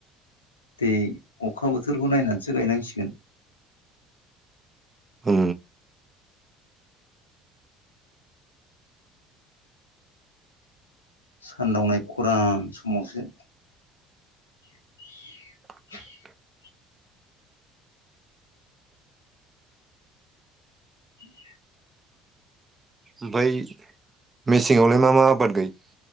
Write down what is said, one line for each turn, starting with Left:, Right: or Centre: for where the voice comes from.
Left: दै अखा बोथोरखौ नायनानैसो गायनांसिगोन।
Right: औ
Left: सानदावनाय खरान समावसो <inaudible>
Right: <inaudible>
Left: <inaudible> <inaudible>
Right: ओमफाय मेसेंआवलाय मा मा आबाद गायो?